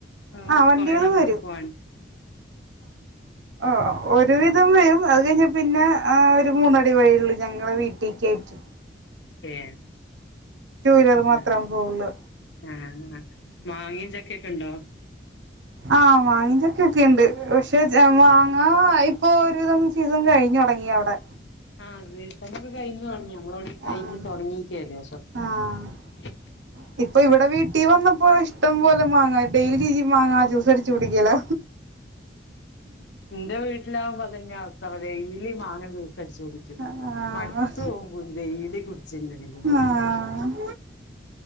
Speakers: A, on the left (about 70°); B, on the right (about 75°).
A: ആ
B: ആഹ് വണ്ടികള്
A: കൊറേ നടന്ന്‌
B: വരും
A: പോവാ
B: ആ ഒരുവിധം
A: ഏഹ്
B: വരും അത് കഴിഞ്ഞ പിന്നെ ആ ഒരു മൂന്നടി വഴിയള്ളൂ ഞങ്ങളടെ വീട്ടിക്കെ ട്ട്
A: ഏ
B: വീലർ മാത്രം
A: ആ
B: പോവുള്ളൂ
A: ആഹ മാങ്ങ ചക്കൊക്കെ ഉണ്ടോ
B: ആ മാങ്ങയും ചക്കയും ഒക്കെ ഉണ്ട് ഇഷ് പക്ഷേ മാങ്ങ-
A: ഏഹ്
B: ഇപ്പൊ ഒരുവിധം സീസൺ കഴിഞ്ഞ തുടങ്ങിയ അവിടെ
A: <unintelligible> കഴിഞ്ഞ്
B: ആഹ്
A: തുടങ്ങിയേക്കുവാണ് <unintelligible>
B: ആഹ് ഇപ്പൊ ഇവിടെ വീട്ടിൽ വന്ന ഇപ്പൊ ഇഷ്ടം പോലെ മാങ്ങ ഡെയിലി ഈ മാങ്ങാ ജ്യൂസ് അടിച്ചു കുടിക്കല
A: എന്റെ വീട്ടിൽ ആവുമ്പോൾ അത് തന്നെയാ അവസ്ഥ. എന്താ പറയുക ഡെയിലി മാങ്ങ അടിച്ചു കുടിക്കു.
B: ആഹ്
A: മടുത്തു പോകും, ഡെയിലി കുടിച്ചിട്ടുണ്ടെങ്കിൽ
B: ആഹ് ആഹ്